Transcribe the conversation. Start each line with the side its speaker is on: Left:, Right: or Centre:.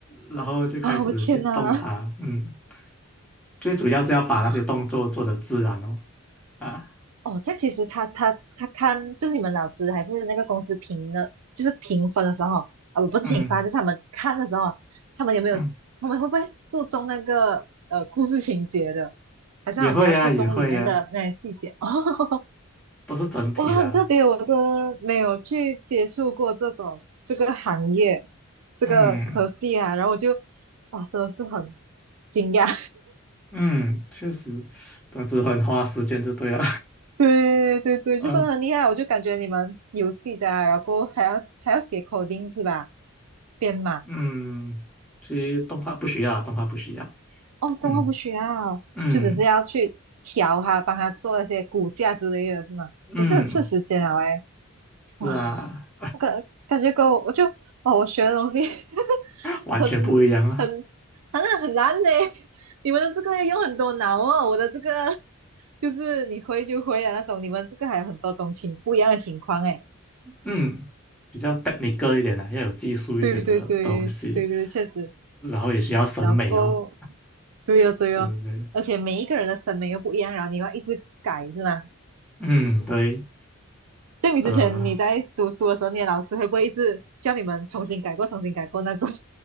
Centre: 然后就开始去动它，
Right: 啊，我天哪
Centre: 嗯，最主要是要把那些动作做得自然哦，
Right: 啊
Centre: 啊，
Right: 哦，这样其实他他他看就是你们老师还是那个公司评的，就是评分的时候啊，不不是评分啊就是他们看的时候，
Centre: 嗯
Right: 他们有没有他们会不会注重那个呃故事情节的，
Centre: 嗯，
Right: 还是他们比较注重里面的那些细节？
Centre: 也会呀、也会呀、
Right: <laughs> 哦，
Centre: 都是整体的，
Right: 哇，很特别，我真的没有去接触过这种这个行业这个科系啊，
Centre: 嗯
Right: 然后我就哇，真的是很惊讶。
Centre: 嗯，确实，总之很花时间就对了，
Right: <laughs> 对对对，
Centre: <laughs>
Right: 这真的很厉害，
Centre: 嗯
Right: 我就感觉你们游戏的啊然后还要还要写 coding 是吧？编码
Centre: 嗯，其实动画不需要，动画不需要，
Right: 哦，动画不需要，
Centre: 嗯嗯
Right: 就只是要去调它，帮他做一些骨架之类的，是吗？
Centre: 嗯，
Right: 也是很吃时间啊，哎，
Centre: 是啊，
Right: 哇，我感感觉跟我我就哦，我学的东西 <laughs>
Centre: <laughs> 完全不一样啊。
Right: 很很很啊很难呢。你们的这个要用很多脑哦，我的这个 <laughs> 就是你会就会啊那种，你们这个还有很多种情不一样的情况哎。
Centre: 嗯，比较 technical 一点的、要有技术一点的东西，
Right: 对对对对对，确实。
Centre: 然后也需要审美哦，
Right: 然后，对呀、对呀、
Centre: 对不对？
Right: 而且每一个人的审美又不一样，然后你要一直改，是吗？
Centre: 嗯，对，
Right: 像你之前你在读书的时候，
Centre: 呃，
Right: 你的老师会不会一直叫你们重新改过、重新改过那种？<laughs>